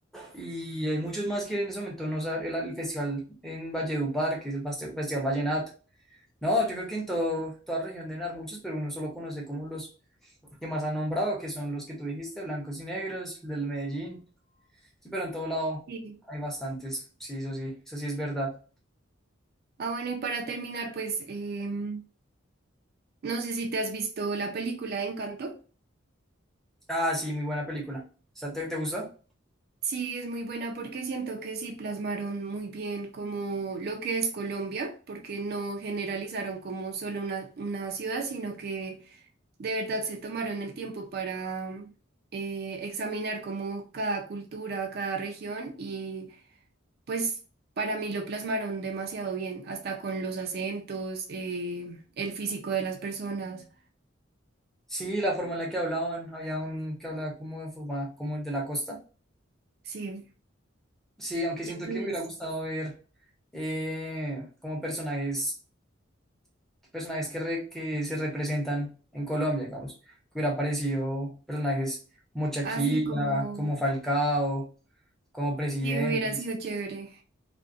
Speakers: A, in the centre; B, on the right.
A: Y hay muchos más que en ese momento no saben, el, el festival en Valledupar, que es el faste- Festival Vallenato. No, yo creo que en todo- toda región deben haber muchos, pero uno solo conoce como los que más han nombrado, que son los que tú dijiste, blancos y negros, el del Medellín. Sí, pero en todo lado
B: Sí.
A: hay bastantes. Sí, eso sí, eso sí es verdad.
B: Ah, bueno, y para terminar, pues em, no sé si te has visto la película de Encanto.
A: Ah, sí, muy buena película. O sea, ¿te, te gustó?
B: Sí, es muy buena porque siento que sí plasmaron muy bien como lo que es Colombia, porque no generalizaron como solo una, una ciudad, sino que de verdad se tomaron el tiempo para eh, examinar como cada cultura, cada región y pues para mí lo plasmaron demasiado bien, hasta con los acentos, eh, el físico de las personas,
A: Sí, la forma en la que hablaban, había un que hablaba como de forma, como el de la costa.
B: sí.
A: Sí, aunque
B: Y
A: siento
B: entonces,
A: que me hubiera gustado ver eh, como personajes. personajes que, re- que se representan en Colombia, digamos, que hubiera aparecido personajes como Shakira,
B: así como
A: como Falcao, como presidentes.
B: que hubiera sido chévere,